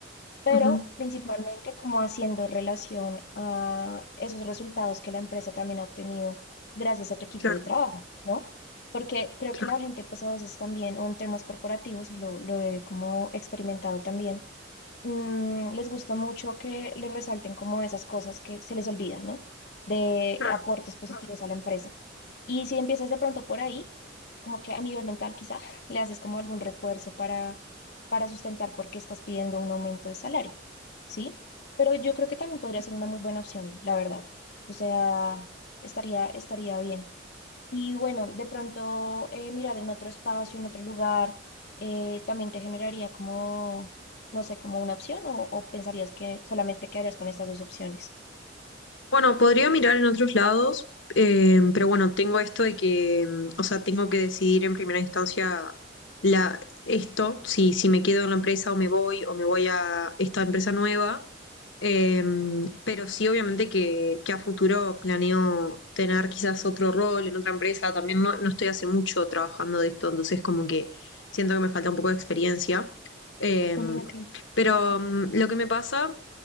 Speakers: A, on the left; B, on the left.
A: pero
B: ujú,
A: principalmente como haciendo relación a esos resultados que la empresa también ha obtenido gracias a tu equipo
B: Claro,
A: de trabajo, ¿no? Porque creo
B: claro,
A: que la gente pues a veces también, o en temas corporativos, y lo, lo he como experimentado también, mm, les gusta mucho que les resalten como esas cosas que se les olvidan, ¿no? De
B: claro.
A: aportes positivos a la empresa. Y si empiezas de pronto por ahí, como que a nivel mental quizá <laughs> le haces como algún refuerzo para, para sustentar por qué estás pidiendo un aumento de salario, ¿sí? Pero yo creo que también podría ser una muy buena opción, la verdad. O sea, estaría, estaría bien. Y bueno, de pronto eh, mirar en otro espacio, en otro lugar, eh, también te generaría como, no sé, como una opción o, o pensarías que solamente quedarías con estas dos opciones.
B: Bueno, podría mirar en otros lados, eh, pero bueno, tengo esto de que, mm, o sea, tengo que decidir en primera instancia la, esto, si, si me quedo en la empresa o me voy, o me voy a esta empresa nueva. Eh, pero sí, obviamente que, que a futuro planeo tener quizás otro rol en otra empresa. También no, no estoy hace mucho trabajando de esto, entonces como que siento que me falta un poco de experiencia. Eh,
A: Ujú, ok.
B: pero mm, lo que me pasa,